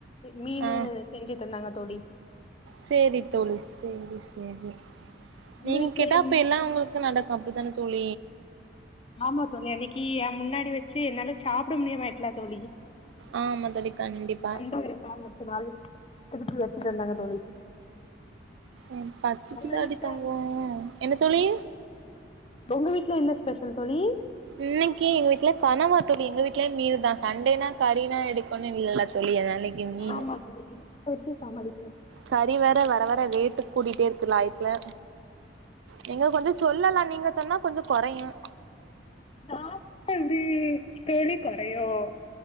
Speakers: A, on the left; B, on the right.
A: மீன்
B: ஆ
A: செஞ்சு தந்தாங்க தோழி
B: சேரி தோழி சேரி சேரி
A: உங்க
B: நீங்க
A: வீட்ல
B: கேட்டா
A: என்ன?
B: அப்ப எல்லாம் உங்களுக்கு நடக்கும் அப்படித்தானே தோழி
A: ஆமா தோழி அன்னைக்கு ஏன் முன்னாடி வச்சு என்னால சாப்பிட முடியுமா ஆயிடுச்சுல தோழி
B: ஆமா தோழி கண்டிப்பா
A: அந்த ஒரு காரணத்தினால் இடுப்புல வச்சிட்டு வந்தாங்க தோழி
B: ஏன் பசிக்குதாடி
A: உங்க வீட்ல
B: தங்கோம் என்ன தோழி
A: உங்க வீட்ல என்ன ஸ்பெஷல் தோழி
B: இன்னிக்கு எங்க வீட்ல கனவா தோழி எங்க வீட்ல மீல்தான் சண்டேனா கறினா எடுக்கனும் இல்லல்ல தோழி அதனால இன்னைக்கு மீனு
A: ஆமா தோழி வெச்சி சமாளி
B: கறி வேற வர வர ரேட்டு கூடிட்டே இருக் கு லாய்க்கில நீங்க கொஞ்சம் சொல்லலாம் நீங்க சொன்னா கொஞ்சம் கொறையும்
A: நா சொன்னா எப்டி தோழி கொறையும்